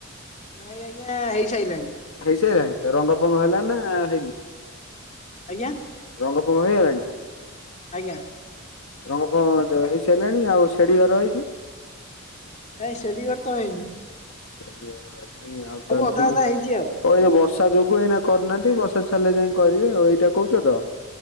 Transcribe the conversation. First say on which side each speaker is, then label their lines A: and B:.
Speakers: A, on the left; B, on the left.
A: ନାଇଁ ଆଜ୍ଞା ହେଇସାଇଲାଣି।
B: ହେଇସାଇଲାଣି? ରଙ୍ଗ ଫଙ୍ଗ ହେଲା ନା ହେଇନି?
A: ଆଜ୍ଞା।
B: ରଙ୍ଗ ଫଙ୍ଗ ହେଇଗଲାଣି?
A: ଆଜ୍ଞା।
B: ରଙ୍ଗ ଫଙ୍ଗ ତ ହେଇ ସାଇଲାଣି ଆଉ ସିଡି ଘର ହେଇଚି।
A: ନାଇଁ ସେଲିଗଡ଼ ତ ହେଇନି।
B: <unintelligible> ଆଉ <unintelligible>
A: ସବୁ
B: ହଉ
A: ଅଧା ଅଧା ହେଇଛି ଆଉ
B: ଏଇ ବର୍ଷା ଯୋଗୁ ଏଇନା କରିନାହାନ୍ତି। ବର୍ଷା ଛାଡ଼ିଲେଲେ ଯାଇ କରିବେ ଆଉ ଏଇଟା କହୁଛ ତ।